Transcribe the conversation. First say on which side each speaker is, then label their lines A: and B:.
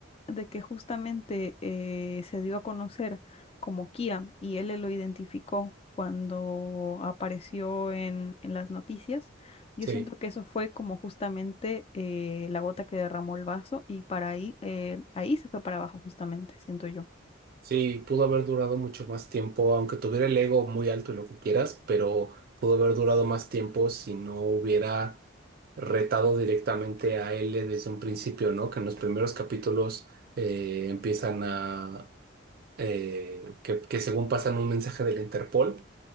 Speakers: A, on the left (about 30°); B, on the right (about 50°).
A: de que justamente eh, se dio a conocer como Kira y él lo identificó cuando apareció en, en las noticias, yo
B: Sí,
A: siento que eso fue como justamente eh, la gota que derramó el vaso y para ahí, eh, ahí se fue para abajo justamente, siento yo.
B: sí, pudo haber durado mucho más tiempo, aunque tuviera el ego muy alto y lo que quieras, pero pudo haber durado más tiempo si no hubiera retado directamente a L desde un principio, ¿no? Que en los primeros capítulos eh, empiezan a eh, que, que según pasan un mensaje del Interpol